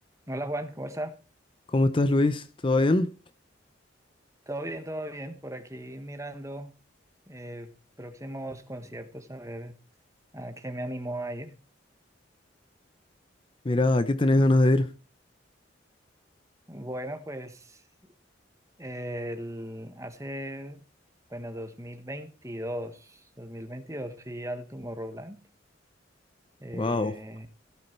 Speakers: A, on the right (about 15°); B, on the left (about 25°).
A: Hola Juan, ¿cómo está?
B: ¿Cómo estás, Luis? ¿Todo bien?
A: Todo bien, todo bien. Por aquí mirando eh, próximos conciertos a ver a qué me animo a ir.
B: Mira, ¿a qué tenés ganas de ir?
A: Bueno, pues el, hace, bueno, dos dos mil veintidós, dos mil veintidós fui al Tomorrowland. Eh,
B: Wow.